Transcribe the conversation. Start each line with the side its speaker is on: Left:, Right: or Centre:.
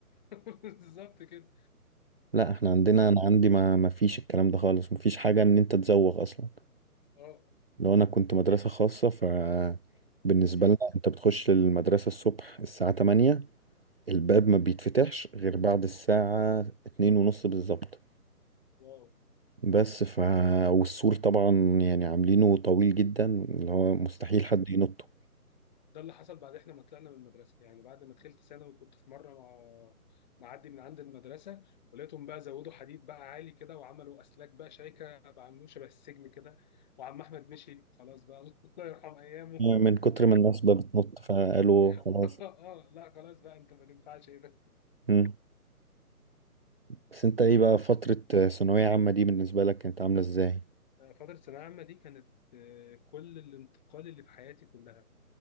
Left: <laughs> بالظبط كده
Right: لا احنا عندنا انا عندي ما ما فيش الكلام ده خالص ما فيش حاجه ان انت تزوغ اصلا
Left: اه
Right: لو انا كنت مدرسه خاصه ف بالنسبه
Left: مم.
Right: لنا انت بتخش المدرسه الصبح الساعه 8 الباب ما بيتفتحش غير بعد الساعه 2 ونص بالظبط
Left: واو
Right: بس ف والسور طبعا يعني عاملينه طويل جدا اللي هو مستحيل حد ينطه
Left: ده اللي حصل بعد احنا ما طلعنا من المدرسه يعني بعد ما دخلت ثانوي كنت في مره مع معدي من عند المدرسه ولقيتهم بقى زودوا حديد بقى عالي كده وعملوا اسلاك بقى شايكه بقى عاملين شبه السجن كده وعم احمد مشي خلاص بقى <laughs> الله يرحم ايامه
Right: من كتر ما الناس بقى بتنط فقالوا
Left: <laughs>
Right: خلاص
Left: اه لا خلاص بقى انت ما ينفعش ايه ده
Right: مم. بس انت ايه بقى فتره ثانويه عامه دي بالنسبه لك كانت عامله ازاي
Left: فتره ثانويه عامه دي كانت آه، كل الانتقال اللي في حياتي كلها